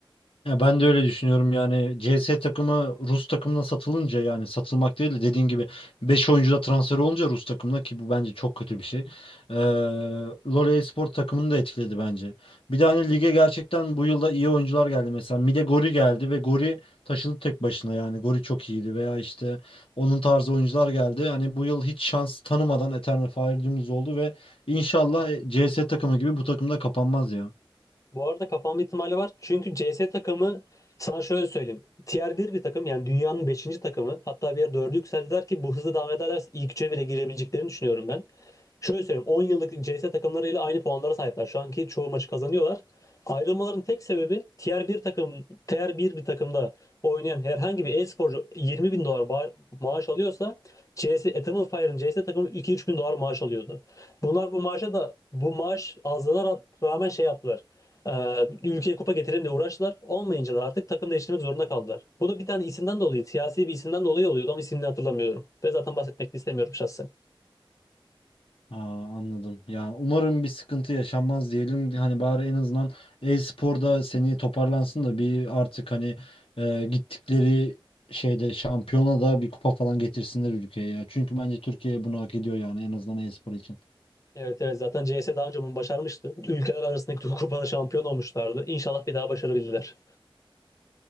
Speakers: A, on the left; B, on the left.
A: Ya ben de öyle düşünüyorum yani CS takımı Rus takımına satılınca yani satılmak değil de dediğin gibi 5 oyuncu da transfer olunca Rus takımına ki bu bence çok kötü bir şey. Ee, LoL spor takımını da etkiledi bence. Bir de hani lige gerçekten bu yılda iyi oyuncular geldi mesela Mide Gori geldi ve Gori taşıdı tek başına yani Gori çok iyiydi veya işte onun tarzı oyuncular geldi. Yani bu yıl hiç şans tanımadan Eternal Fire dümdüz oldu ve inşallah CS takımı gibi bu takımda kapanmaz ya.
B: Bu arada kapanma ihtimali var. Çünkü C S takımı sana şöyle söyleyeyim. Tier 1 bir takım yani dünyanın beşinci takımı. Hatta bir yer 4'e yükseldiler ki bu hızla devam ederlerse ilk 3'e bile girebileceklerini düşünüyorum ben. Şöyle söyleyeyim 10 yıllık C CS takımlarıyla aynı puanlara sahipler. Şu anki çoğu maçı kazanıyorlar. Ayrılmaların tek sebebi Tier 1 takım Tier 1 bir takımda oynayan herhangi bir e-sporcu 20 bin dolar ba- maaş alıyorsa CS Eternal Fire'ın CS takımı 2-3 bin dolar maaş alıyordu. Bunlar bu maaşa da bu maaş azlığına ra- rağmen şey yaptılar. Ee, ülkeye kupa getirelim diye uğraştılar. Olmayınca da artık takım değiştirmek zorunda kaldılar. Bu da bir tane isimden dolayı, siyasi bir isimden dolayı oluyordu ama isimini hatırlamıyorum. Ve zaten bahsetmek de istemiyorum şahsen.
A: Aa, anladım. Ya umarım bir sıkıntı yaşanmaz diyelim. Hani bari en azından e-sporda seni toparlansın da bir artık hani e, gittikleri şeyde şampiyona da bir kupa falan getirsinler ülkeye ya. Çünkü bence Türkiye bunu hak ediyor yani en azından e-spor için.
B: Evet evet zaten CS daha önce bunu başarmıştı. Ülkeler arasındaki kupada şampiyon olmuşlardı. İnşallah bir daha başarabilirler.